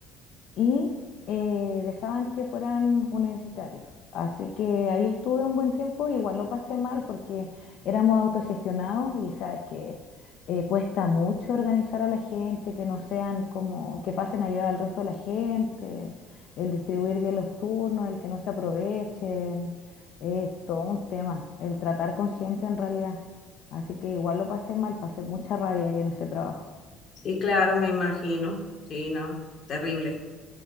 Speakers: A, on the left (about 60°); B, on the left (about 45°).
A: y eh, dejaban que fueran universitarios. Así que ahí estuve un buen tiempo, igual lo pasé mal porque éramos autogestionados y sabes que eh, cuesta mucho organizar a la gente, que no sean como, que pasen a llevar al resto de la gente, el distribuir bien los turnos, el que no se aprovechen, es todo un tema, el tratar con gente en realidad. Así que igual lo pasé mal, pasé mucha rabia ahí en ese trabajo.
B: sí, claro, me imagino. Sí, no, terrible.